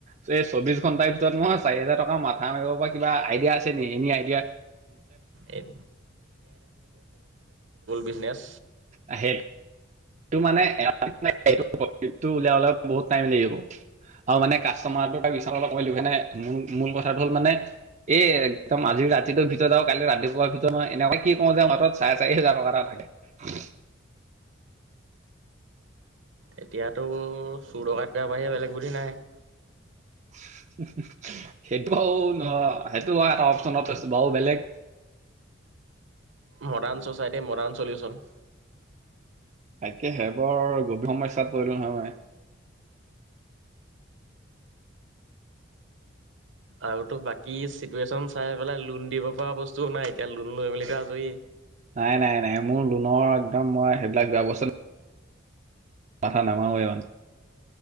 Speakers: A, on the right; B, on the right.
A: দে চৌবিশ ঘণ্টাৰ ভিতৰত মই চাৰি হাজাৰ টকা মথা মাৰিব পৰা কিবা আইদিয়া আছে নে এনি আইডিয়া
B: এই বিজনেছ।
A: আহ এইটো মানেটো লাই ওলাব বহুত টাইম লাগিব। আৰু মানে কাষ্টমাৰটো বিশচ অলপ কলো সে ম মূল কথাটো হ'ল মানে এই একদম আজি ৰাতিটোৰ ভিতৰত কালি ৰাতিপুৱাৰ ভিতৰত ম এনেকুৱা কি কওঁ যে হঠাৎ চাৰে চাৰি হোজাৰ টকা এটা থাকে
B: এতিয়াতো চোৰ দকাইট কৰা বাঢ়িয়েই বেলেগ বুদ্ধি নাই
A: সেইটো বাৰু সেইটো ব এটা অপচনত আছো বাৰু বেলেগ
B: মডাৰ্ণ চচাইটি মডাৰ্ণ চলিউচন
A: তাকেহে বৰ গভীৰ সমস্যাত পৰিলো নহয় মই।
B: আৰু বাকী চিটুৱেশচন চাই পেলাই লোন দিব পৰা বস্তুও নাই। লোন লৈ মেলি আজৰি।
A: নাই নাই নাই মোৰ লোনৰ একদম মই সেইবিলাক বেয়া <unintelligible> মাথা নামাৰো এই মানে